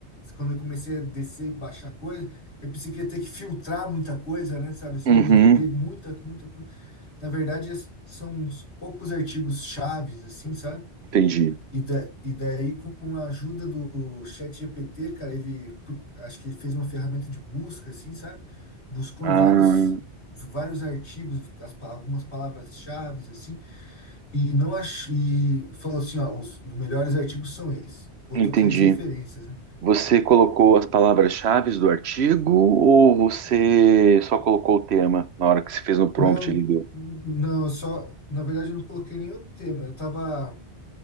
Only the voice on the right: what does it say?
Uhum,
entendi.
Ah,
entendi.
Você colocou as palavras-chave do artigo ou você só colocou o tema na hora que você fez no prompt
ali do...